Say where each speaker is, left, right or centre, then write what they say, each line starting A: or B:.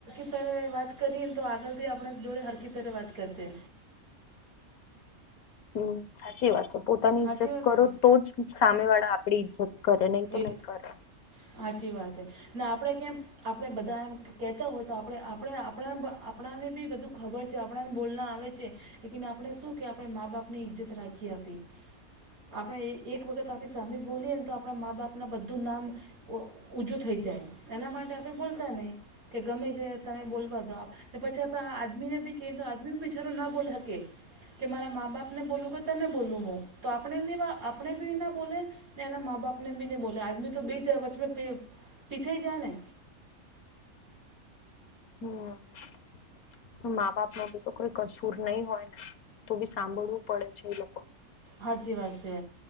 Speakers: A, on the right; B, on the left.
A: ત્યારે વાત કરીએને તો આગળથી આપણા જોડે હરકીતરે વાત કરશે
B: હમ સાચી વાત છે પોતાની
A: સાચી
B: ઈજ્જત
A: વાત
B: કરો
A: ને
B: તો જ સામે વાળા આપણી ઈજ્જત કરે નહીં તો
A: એ
B: નહીં કરે
A: સાચી વાત ને આપણે કેમ આપણે બધા એમ કહેતા હોય તો આપણે આપણે આપણે આપણાને બી બધું ખબર છે આપણાને બોલના આવે છે લને આપણે શું કે આપણે મા બાપની ઈજ્જત રાખી આપી આપણે એક વખત આપણી સામી બોલીએ ને તો આપણે આપણા મા બાપના બધું નામ ઊજું થઈ જાય એના માટે આપણે બોલતા નહીં કે ગમે છે તમે બોલવા તોો આપ પછી આદમીને બી ક તો આદમીી ના બોલે હકે. કે મારા મા બાપને બોલુ કે તને બોલુ હું તો આપણે આપણે બી ના બોલે ને એના મા બાપ એમને બી ની બોલે આદમી તો બેચ વસ પીછે હ જાય ને.
B: હમ્મ મા બાપ. એમનો બી કોઈ કસૂર નહી હોય ને તો બી સાંભળવું પડે છે એ લોકો.
A: હાચી વાત છે